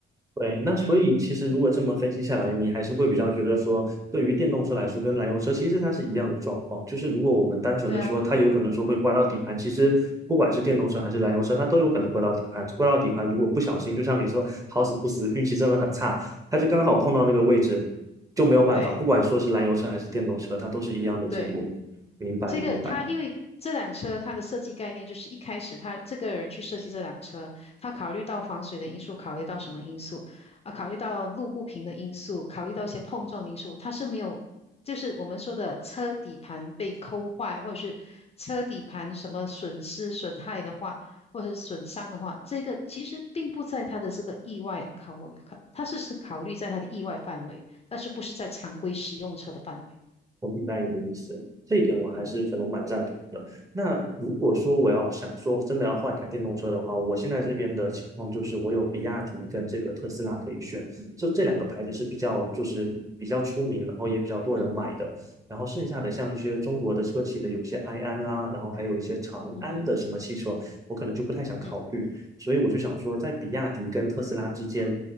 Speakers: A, on the right; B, on the left.
A: 对，那所以其实如果这么分析下来，你还是会比较觉得说，对于电动车来说，跟燃油车其实它是一样的状况。就是如果我们单纯的说，
B: 对啊，
A: 它有可能说会刮到底盘，其实不管是电动车还是燃油车，它都有可能刮到底盘。刮到底盘，如果不小心，就像你说，好死不死，运气真的很差，它就刚好碰到那个位置，就没有办法。
B: 对。
A: 不管说是燃油车还是电动车，它都是一样的结果。
B: 对
A: 明白，
B: 这个他因为这辆车它的设计概念就是一开始他这个人去设计这辆车，
A: 明白。
B: 他考虑到防水的因素，考虑到什么因素啊？考虑到路不平的因素，考虑到一些碰撞的因素，他是没有，就是我们说的车底盘被抠坏，或者是车底盘什么损失损害的话，或者是损伤的话，这个其实并不在他的这个意外考考，他是是考虑在他的意外范围，但是不是在常规使用车的范围。
A: 我明白你的意思，这一点我还是可能蛮赞同的。
B: 嗯
A: 那如果说我要想说真的要换一台电动车的话，我现在这边的情况就是我有比亚迪跟这个特斯拉可以选，就这两个牌子是比较就是比较出名，然后也比较多人买的。
B: 嗯哼，
A: 然后剩下的像一些中国的车企的有些埃安啊，然后还有一些长安的什么汽车，
B: 嗯哼。
A: 我可能就不太想考虑。
B: 嗯
A: 所以我就想说，在比亚迪跟特斯拉之间，